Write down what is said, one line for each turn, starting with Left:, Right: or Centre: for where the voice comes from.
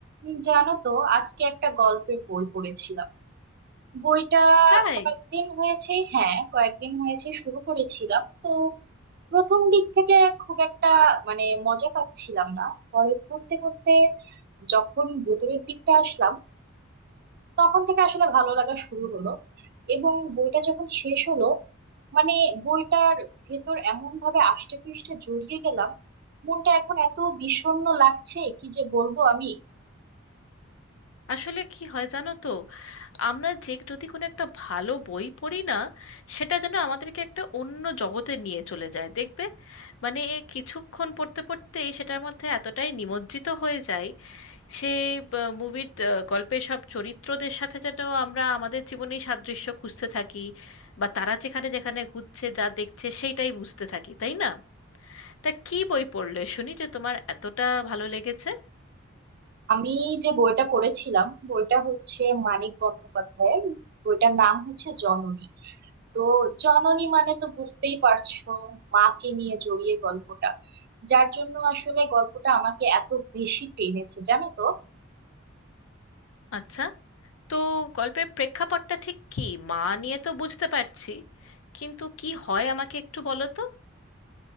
Right: উম, জানো তো আজকে একটা গল্পের বই পড়েছিলাম বইটা
Left: তাই
Right: কয়েকদিন হয়েছে হ্যাঁ কয়েকদিন হয়েছে শুরু করেছিলাম তো প্রথম দিক থেকে খুব একটা মানে মজা পাচ্ছিলাম না পরে পড়তে পড়তে যখন ভেতরের দিকটা আসলাম তখন থেকে আসলে ভালো লাগা শুরু হলো এবং বইটা যখন শেষ হলো মানে বইটার ভেতর এমন ভাবে আষ্টে পৃষ্ঠে জড়িয়ে গেলাম মনটা এখন এত বিষণ্ণ লাগছে কি যে বলবো আমি
Left: আসলে কি হয় জানো তো আমরা যে যদি কোনো একটা ভালো বই পড়ি না সেটা যেন আমাদেরকে একটা অন্য জগতে নিয়ে চলে যায় দেখবে মানে কিছুক্ষণ পড়তে পড়তে সেটার মধ্যে এতটাই নিমজ্জিত হয়ে যায় সেই মুভির গল্পের সব চরিত্রদের সাথে যেন আমরা আমাদের জীবনেই সাদৃশ্য খুঁজতে থাকি বা তারা যেখানে যেখানে ঘুরছে যা দেখছে সেইটাই বুঝতে থাকি তাই না তা কি বই পড়লে শুনি যে তোমার এতটা ভালো লেগেছে
Right: আমি যে বইটা পড়েছিলাম বইটা হচ্ছে মানিক বন্দ্যোপাধ্যায়ের বইটার নাম হচ্ছে জননী তো জননী মানে তো বুঝতেই পারছো মাকে নিয়ে জড়িয়ে গল্পটা যার জন্য আসলে গল্পটা আমাকে এত বেশি টেনেছে জানো তো
Left: আচ্ছা তো গল্পের প্রেক্ষাপটটা ঠিক কি মা নিয়ে তো বুঝতে পারছি কিন্তু কি হয় আমাকে একটু বলো তো